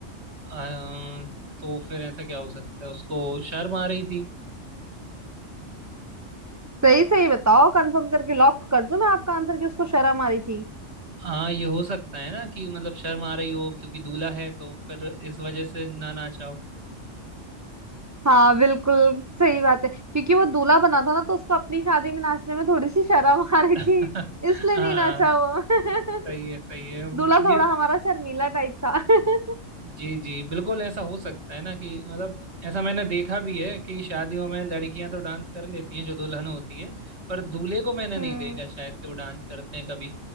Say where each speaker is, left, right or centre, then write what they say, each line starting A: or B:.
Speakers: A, on the right; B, on the right.
A: आ, तो फिर ऐसा क्या हो सकता है उसको शर्म आ रही थी
B: सही सही बताओ कंफर्म करके लॉक कर दूं मैं आपका आंसर कि उसको शर्म आ रही थी
A: हाँ ये हो सकता है ना कि मतलब शर्म आ रही हो क्योंकि दूल्हा है तो फिर इस वजह से ना ना चाहो
B: हाँ बिल्कुल सही बात है क्योंकि वो दूल्हा बना था ना तो उसको अपनी शादी में नाचने में थोड़ी सी शर्म <laughs> आ रही
A: <laughs>
B: थी
A: हाँ
B: इसलिए
A: हाँ,
B: नहीं नाचा वो
A: सही
B: <laughs>
A: है सही है
B: दूल्हा थोड़ा
A: ये
B: हमारा शर्मीला टाइप था <laughs>
A: जी जी बिल्कुल ऐसा हो सकता है ना कि मतलब ऐसा मैंने देखा भी है कि शादियों में लड़कियां तो डांस कर लेती हैं जो दुल्हन होती है पर दूल्हे को मैंने
B: हम्म
A: नहीं देखा शायद कि वो डांस करते हैं कभी